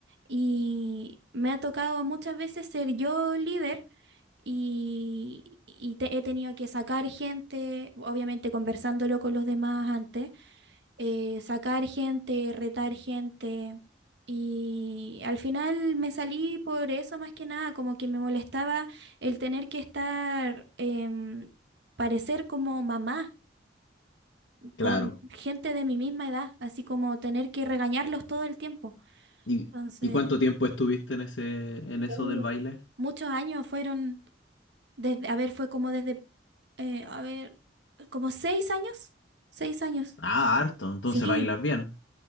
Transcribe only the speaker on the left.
claro.
¿Y,
y cuánto tiempo estuviste en ese, en eso
del baile?
Ah, harto, entonces
bailas bien.